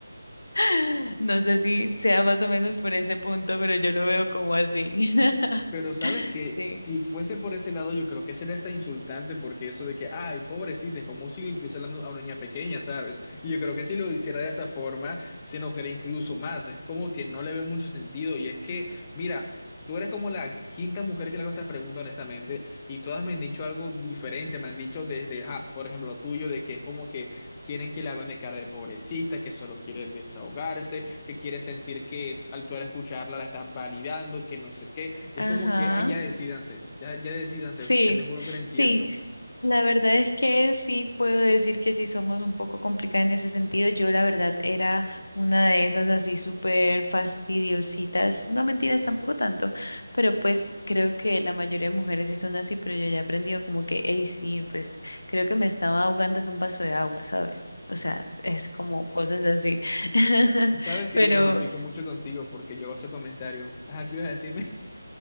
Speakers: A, on the left (about 80°); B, on the left (about 15°).
A: <laughs> No sé si sea más o menos por ese punto, pero yo lo veo como así. <laughs>
B: Pero sabes que
A: Sí.
B: si fuese por ese lado, yo creo que sería hasta insultante, porque eso de que, ay, pobrecita, es como si le estuviese hablando a una niña pequeña, ¿sabes? Y yo creo que si lo hiciera de esa forma, se enojaría incluso más. Es como que no le veo mucho sentido. Y es que, mira, tú eres como la quinta mujer que le hago esta pregunta, honestamente, y todas me han dicho algo diferente. Me han dicho desde, ah, por ejemplo, lo tuyo, de que es como que Quieren que le hagan de cara de pobrecita, que solo quiere desahogarse, que quiere sentir que al tú al escucharla la estás validando, que no sé qué. Y
A: Ajá.
B: es como que, ay, ya decídanse, ya, ya decídanse,
A: Sí.
B: porque te juro que no entiendo.
A: Sí, La verdad es que sí puedo decir que sí somos un poco complicadas en ese sentido. Yo la verdad era una de esas así súper fastidiositas. No mentiras, tampoco tanto, pero pues creo que la mayoría de mujeres sí son así, pero yo ya he aprendido como que, hey, sí, pues creo que me estaba ahogando en un vaso de agua, ¿sabes? O sea, es como cosas así. <laughs>
B: Sabes que
A: Pero,
B: me identifico mucho contigo porque yo hago ese comentario. Ajá, ¿qué ibas a decirme? <laughs>